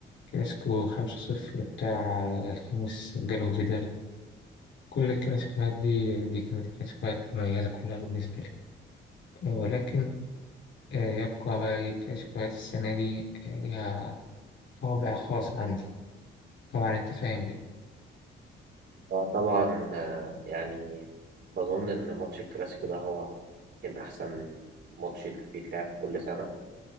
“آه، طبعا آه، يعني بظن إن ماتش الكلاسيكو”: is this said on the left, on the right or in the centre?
Right